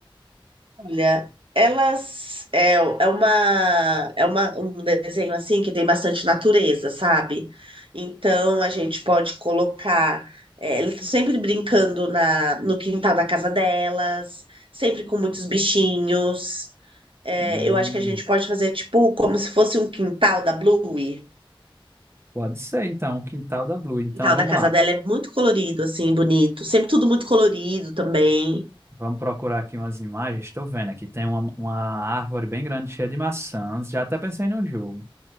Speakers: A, on the right; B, on the right.
A: Olha, elas é, é uma é uma, um desenho assim que tem bastante natureza, sabe? Então a gente pode colocar é, elas estão sempre brincando na no quintal da casa delas, sempre com muitos bichinhos. É,
B: Hum,
A: eu acho que a gente pode fazer tipo como se fosse um quintal da Bluey.
B: pode ser, então, o quintal da Blue. Então
A: O quintal
B: vamos
A: da casa
B: lá.
A: dela é muito colorido, assim, bonito. Sempre tudo muito colorido também.
B: Vamos procurar aqui umas imagens. Estou vendo aqui. Tem uma, uma árvore bem grande, cheia de maçãs. Já até pensei num jogo.